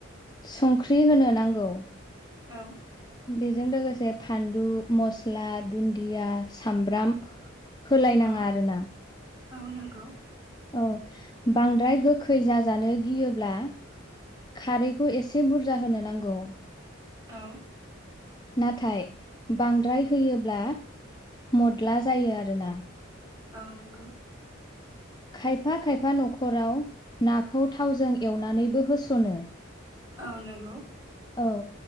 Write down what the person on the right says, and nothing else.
औ
औ
औ नंगौ
औ
औ नंगौ
औ नंगौ।